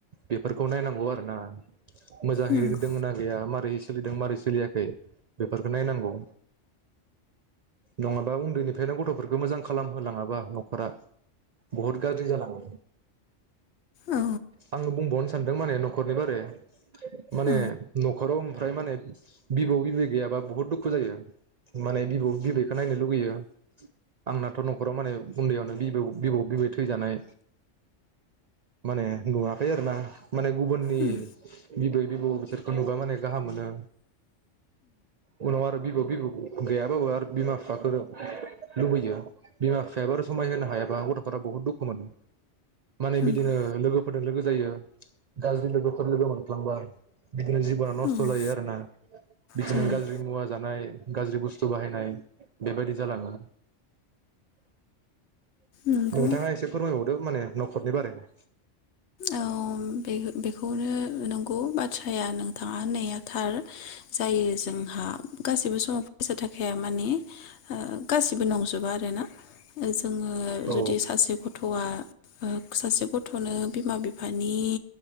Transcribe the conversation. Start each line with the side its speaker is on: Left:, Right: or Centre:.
Right: बेफोरखौ नायनांगौ आरोना मोजांङै
Left: नंगौ
Right: दङ ना गैया मारै सोलिदों मारै सोलियाखै बेफोरखौ नायनांगौ नङाबा उन्दैनिफ्रायनो गथ'फोरखौ मोजां खालामहोलाङाबा नखरा बुहुद गाज्रि जालाङो।
Left: औ
Right: आङो बुंबावनो सा सानदों माने नखरनि बारै माने
Left: उम
Right: नखराव ओमफ्राय माने बिबौ बिबै गैयाबा बुहुद दुखु जायो माने बिबौ बिबैखौ नायनो लुगैयो आंनाथ नखराव माने उन्दैयावनो बिबौ बिबौ बिबै थैजानाय माने नुवाखै आरोना। माने गुबुननि
Left: उम
Right: बिबै बिबौ बिसोरखौ नुबा माने गाहाम मोनो। उनाव आरो बिबौ बिबौ गैयाबाबो आरो बिमा बिफाफोर लुबैयो बिमा बिफायाबो आरो समाय होनो हायाबा गथ'फोरा बुहुत दुखु मोनो। माने बिदिनो
Left: औ नंगौ
Right: लोगोफोरजों लोगो जायो गाज्रि लोगोफोर लोगोमोन <unintelligible> बिदिनो जिबना नस्थ
Left: औ
Right: जायो आरोना बिदिनो
Left: जायो
Right: गाज्रि मुवा जानाय गाज्रि बुस्थु बाहायनाय बेबायदि जालाङो।
Left: नंगौ
Right: नोंथाङा एसे फोरमायबावदो माने नखरनि बारैनो
Left: औ बे-बेखौनो नों गौ बाथ्राया नोंथाङा होननाया थार जायो जोंहा गासिबो समाव फैसा थाखाया माने ओ गासिबो नंजोबा आरोना जोङो
Right: औ
Left: जुदि सासे गथया सासे गथनो बिमा बिफानि